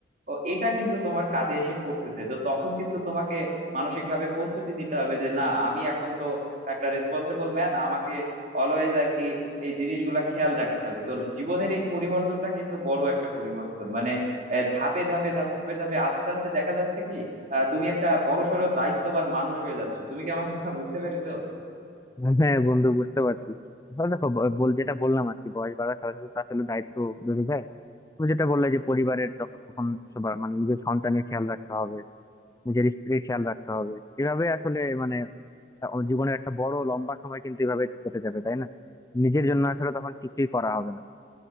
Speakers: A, on the right; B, on the left.
A: ও এটা কিন্তু তোমার কাঁধে এসে পড়তেছে তো তখন কিন্তু তোমাকে মানসিক ভাবে প্রস্তুতি নিতে হবে যে না আমি এখন তো একটা রেসপন্সিবল ম্যান আমাকে অলওয়েজ আর কি এই জিনিসগুলা খেয়াল রাখতে হবে তো জীবনের এই পরিবর্তনটা কিন্তু বড় একটা পরিবর্তন মানে আহ, ধাপে ধাপে ধাপে ধাপে আস্তে আস্তে দেখা যাচ্ছে কি আহ তুমি একটা বড়সড় দায়িত্ববান মানুষ হয়ে যাচ্ছ তুমি কি আমার কথা বুঝতে পেরেছো
B: <laughs> হ্যাঁ বন্ধু বুঝতে পারছি তাহলে দেখো ব- বল যেটা বললাম আর কি বয়স বাড়ার সাথে সাথে তো আসলে দায়িত্ব বেড়ে যায় তুমি যেটা বললে যে পরিবারের যখন তখন সবার মানে নিজের সন্তানের খেয়াল রাখতে হবে নিজের স্ত্রীর খেয়াল রাখতে হবে এভাবে আসলে মানে আহ, জীবনের একটা বড় লম্বা সময় কিন্তু এভাবে কেটে যাবে তাই না নিজের জন্য আসলে তখন কিছুই করা হবে না